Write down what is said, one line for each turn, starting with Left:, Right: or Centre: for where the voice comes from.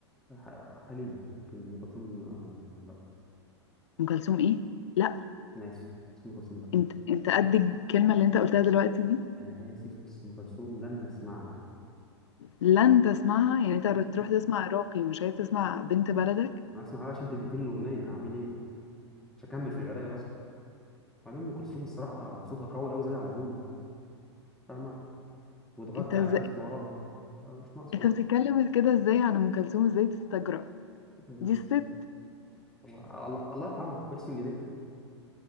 Centre: ح- حليم لكن ام كلثوم آه، يعني لا
Left: ام كلثوم ايه لا
Centre: انا اسف بس ام كلثوم لا
Left: انت انت قد الكلمة اللي انت قلتها دلوقتي دي
Centre: انا اسف بس ام كلثوم لن اسمعها
Left: لن تسمعها يعني انت تروح تسمع عراقي مش عايز تسمع بنت بلدك
Centre: انا اسمعها عشان انت اديتني الاغنيه هعمل ايه مش هكمل في القرايه اصلا بعدين ام كلثوم الصراحه صوتها قوي قوي زياده عن اللزوم فاهمه وتغطي
Left: انت ازاي
Centre: على الناس اللي وراها آه، مش ناقصه
Left: انت
Centre: بقى
Left: بتتكلم كده ازاي عن ام كلثوم ازاي تستجرأ
Centre: يعني
Left: دي
Centre: بس
Left: الست
Centre: الله الله الله يرحمها ويحسن اليه